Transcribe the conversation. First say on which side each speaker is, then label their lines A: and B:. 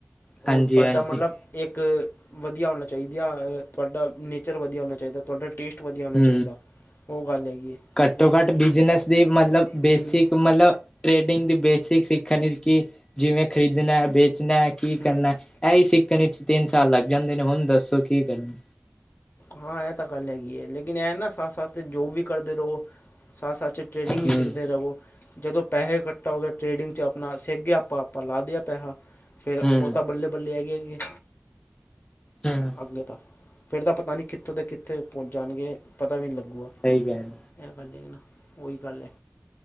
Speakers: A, on the left; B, on the left.
A: ਉਹ
B: ਹਾਂਜੀ,
A: ਤੁਹਾਡਾ
B: ਹਾਂਜੀ
A: ਮਤਲਬ ਇੱਕ ਵਧੀਆ ਹੋਣਾ ਚਾਹੀਦੀ ਆ, ਤੁਹਾਡਾ ਨੇਚਰ ਵਧੀਆ ਹੋਣਾ ਚਾਹੀਦਾ, ਤੁਹਾਡਾ ਟੇਸਟ ਵਧੀਆ ਹੋਣਾ
B: ਹੂ,
A: ਚਾਹੀਦਾ ਉਹ ਗੱਲ ਹੈਗੀ ਹੈ
B: ਘੱਟੋ
A: ਜਿਸ
B: ਘੱਟ ਬਿਜਨਸ ਦੀ, ਮਤਲਬ ਬੇਸਿਕ,
A: ਹੂੰ
B: ਮਤਲਬ ਟ੍ਰੇਡਿੰਗ ਦੀ ਬੇਸਿਕ ਸਿੱਖਣ ਲਈ ਕਿ, ਜਿਵੇਂ ਖ਼ਰੀਦਣਾ ਵੇਚਣਾ, ਕੀ
A: ਹੂੰ
B: ਕਰਨਾ ਏਹੀ ਸਿੱਕਣ ਵਿੱਚ ਤਿੰਨ ਸਾਲ ਲੱਗ ਜਾਂਦੇ ਨੇ, ਹੁਣ ਦੱਸੋ ਕੀ ਕਰਨਾ
A: ਹਾਂ ਹਾਂ ਇਹ ਤਾਂ ਗੱਲ ਹੈਗੀ ਐ, ਲੇਕਿਨ ਇਹ ਨਾ, ਸਾਥ ਸਾਥ ਜੋ ਵੀ ਕਰਦੇ ਰੋ। ਸਾਥ ਸਾਥ ਚ ਟ੍ਰੇਡਿੰਗ ਵੀ
B: ਹੂੰ,
A: ਸਿੱਖਦੇ ਰਹੋ ਜਦੋਂ ਪੈਸੇ ਇਕੱਠੇ ਘਾਟਾ ਹੋ ਗਿਆ ਟ੍ਰੇਡਿੰਗ ਚ, ਆਪਣਾ ਸਿੱਖ ਗਿਆ, ਆਪਾਂ ਆਪਾਂ ਲਾ ਦਿਆ ਪੈਸਾ ਫਿਰ
B: ਹੂੰ,
A: ਉਹ ਤਾਂ ਬੱਲੇ ਬੱਲੇ ਹੈਗੇ ਅਗੇ,
B: ਹੂੰ।
A: ਅੱਗੇ ਤਾਂ ਫਿਰ ਤਾਂ ਪਤਾ ਨਹੀਂ ਕਿੱਥੋਂ ਤ ਕਿੱਥੇ ਪਹੁੰਚ ਜਾਣਗੇ, ਪਤਾ ਵੀ ਨਹੀਂ ਲੱਗੇੂਗਾ
B: ਸਹੀ ਗੱਲ
A: ਐ ਗਲ ਏ ਨਾ, ਓਈ ਗਲ ਏ।